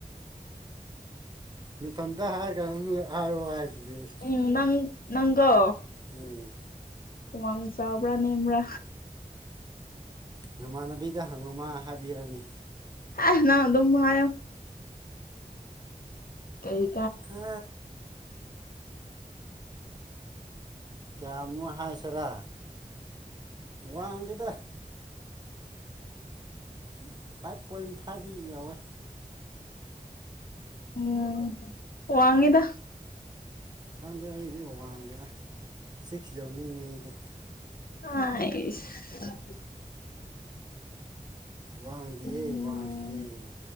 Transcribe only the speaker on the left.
ꯎꯝꯪ ꯅꯪꯒꯣ
ꯎꯃꯥꯡ ꯆꯥꯎꯕ꯭ꯔꯥ ꯅꯦꯝꯕ꯭ꯔꯥ
ꯑꯦ ꯅ ꯑꯗꯨꯝꯌꯣ ꯇꯔꯤ
ꯎꯝ ꯋꯥꯉꯗ
ꯑꯁ
ꯎꯝ